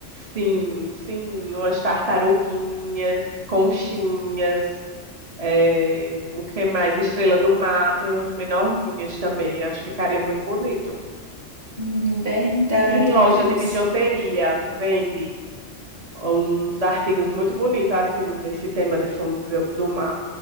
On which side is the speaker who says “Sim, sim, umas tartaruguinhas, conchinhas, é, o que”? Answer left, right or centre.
Right